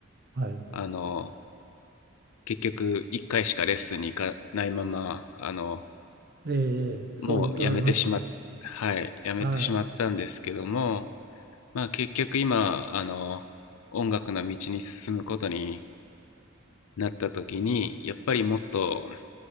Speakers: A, on the right; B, on the left.
A: はい。
B: あの、結局、一回しかレッスンに行かないまま、あの、
A: ええそう言っとられましたね。
B: もうやめてしまっ、はい、やめてしまったんですけども、
A: はい。
B: まあ結局今あの音楽の道に進むことになった時にやっぱりもっと